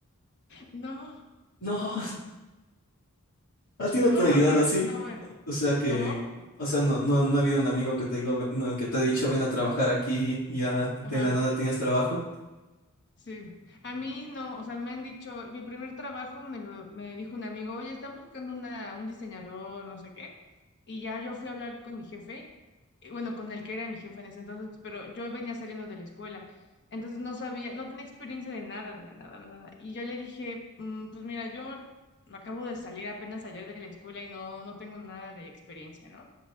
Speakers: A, on the left; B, on the left.
A: no.
B: no. ¿A ti no
A: Bueno,
B: te han ayudado
A: pero
B: así?
A: eso está bueno.
B: O sea que,
A: ¿Cómo?
B: o sea, no, no, no ha habido un amigo que te digo, "Ve- no, que te ha dicho ven a trabajar aquí y ya de
A: Ajá.
B: la nada tenías trabajo.
A: Sí, a mí no, o sea, me han dicho, mi primer trabajo me lo me dijo un amigo, oye, están buscando una, un diseñador, no sé qué, y ya yo fui a hablar con mi jefe, y bueno, con el que era mi jefe en ese entonces, pero yo venía saliendo de la escuela, entonces no sabía, no tenía experiencia de nada, de nada, de nada, y yo le dije, "Mm, pues mira, yo acabo de salir apenas ayer de la escuela y no, no tengo nada de experiencia, ¿no?